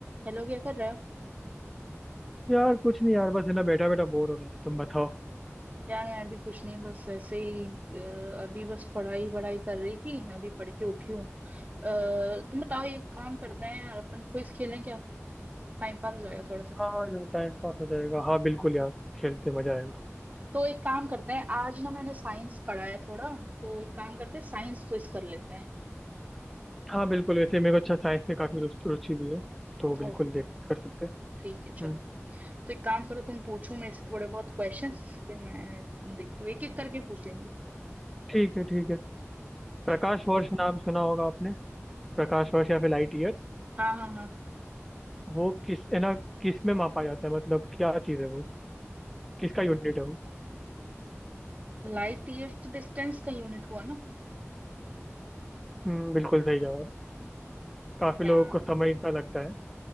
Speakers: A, on the right; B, in the centre.
A: Hello क्या कर रहे हो
B: यार कुछ नहीं यार बस है ना बैठा बैठा बोर हो रहा था तुम बताओ
A: यार मैं अभी कुछ नहीं बस ऐसे ही अ, अभी बस पढ़ाई वढ़ाई कर रही थी अभी पढ़ के उठी हूँ अ, तुम बताओ एक काम करते हैं यार अपन क्विज खेलें क्या टाइम पास हो जाएगा थोड़ा सा
B: हाँ यार टाइम पास हो जाएगा हाँ बिल्कुल यार खेलते मजा आएगा
A: तो एक काम करते हैं आज ना मैंने साइंस पढ़ा है थोड़ा तो एक काम करते हैं साइंस क्विज कर लेते हैं
B: हाँ बिल्कुल वैसे मेरे को अच्छा साइंस में काफी रुचि रुचि भी है तो बिल्कुल
A: ओके
B: देख कर सकते
A: ठीक
B: हैं
A: है चलो
B: हम्म
A: तो एक काम करो तुम पूछो मेरे से थोड़े बहुत क्वेश्चन फिर मैं देखती हूँ एक एक करके पूछ लेंगे
B: ठीक है ठीक है
A: ओके
B: प्रकाश वर्ष नाम सुना होगा आपने प्रकाश वर्ष या फिर लाइट ईयर्स
A: हाँ हाँ हाँ
B: वो किस है ना किस में मापा जाता है मतलब क्या चीज़ है वो किसका यूनिट है वो
A: लाइट ईयर्स तो डिस्टेंस का यूनिट हुआ ना
B: हम्म बिल्कुल सही जवाब काफी
A: यार
B: लोगों को समय का लगता है